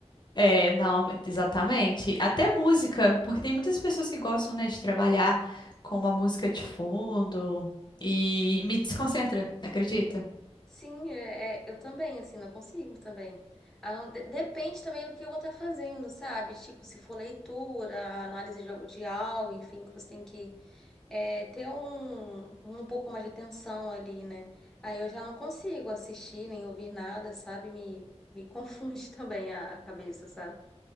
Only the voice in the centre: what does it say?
Sim, é, é, eu também, assim, não consigo também. Ah, não- de- depende também do que eu vou estar fazendo, sabe? Tipo, se for leitura, análise de, algo- de algo, enfim, que você tem que é, ter um, um pouco mais de atenção ali, né? Aí eu já não consigo assistir nem ouvir nada, sabe? Me, me <laughs> confunde também a a cabeça, sabe?